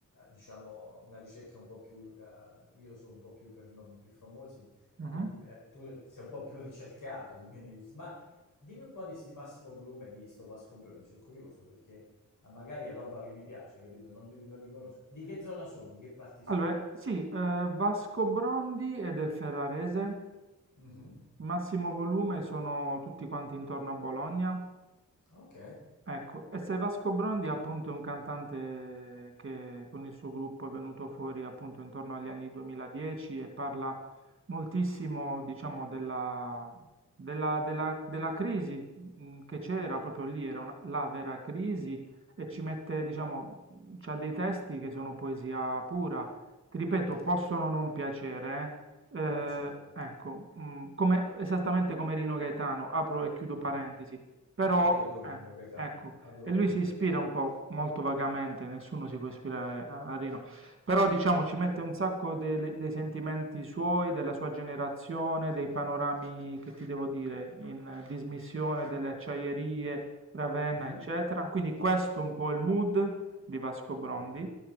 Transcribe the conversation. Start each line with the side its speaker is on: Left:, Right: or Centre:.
Left: diciamo, una ricerca un po' più, eh, io sono un po' più per nomi più famosi,
Right: Mhm.
Left: quindi eh, tu sei un po' più ricercato di me nei gusti. Ma dimmi un po' di sti Massimo Volume e di sto Vasco Bruni, sono curioso perché eh, magari è roba che mi piace, capito? Non li, non li conosco. Di che zona sono? Di che parti sono?
Right: Allora, sì, eh, Vasco Brondi è del Ferrarese,
Left: Mhm.
Right: Massimo Volume sono tutti quanti intorno a Bologna.
Left: Ok.
Right: Ecco, e se Vasco Brondi è appunto un cantante che con il suo gruppo è venuto fuori appunto intorno agli anni 2010 e parla moltissimo, diciamo, della, della- della- della crisi mh, che c'era proprio lì, era una- la vera crisi e ci mette, diciamo, c'ha dei testi che sono poesia pura, ti ripeto,
Left: Mm.
Right: possono non piacere, eh, eh,
Left: Beh, certo.
Right: ecco, mh, come- esattamente come Rino Gaetano, apro e chiudo
Left: Mm.
Right: parentesi. Però,
Left: Ah, io adoro
Right: eh,
Left: Rino Gaetano,
Right: ecco,
Left: adoro
Right: e lui
Left: Rino
Right: si ispira
Left: Gaetano.
Right: un po', molto vagamente, nessuno si può ispirare a, a Rino, però diciamo ci mette un sacco dei, dei sentimenti suoi, della sua generazione, dei panorami, che ti devo dire, in eh, dismissione delle acciaierie, Ravenna,
Left: Mhm,
Right: eccetera. Quindi questo è un po' il mood di Vasco Brondi.
Left: Capito?